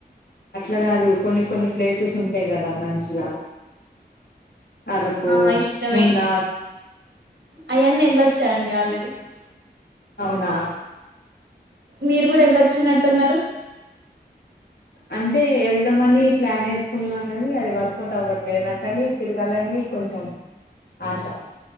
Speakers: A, on the left; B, on the right.
A: అట్లకాదు కొన్ని కొన్ని ప్లేసెస్ ఉంటాయి కదా మంచిగా అరకు
B: ఆ ఇష్టమే
A: మున్నార్
B: ఆయన్ని వెళ్ళొచ్చా అండి ఆల్రెడీ
A: అవునా
B: మీరు గూడా ఎల్లోచ్చినట్టున్నారు
A: అంటే వెళ్దమని ప్లాన్ వేసుకున్నాం కానీ అది వర్కౌట్ అవ్వట్లేదు నా కానీ తిరగాలని కొంచెం ఆశ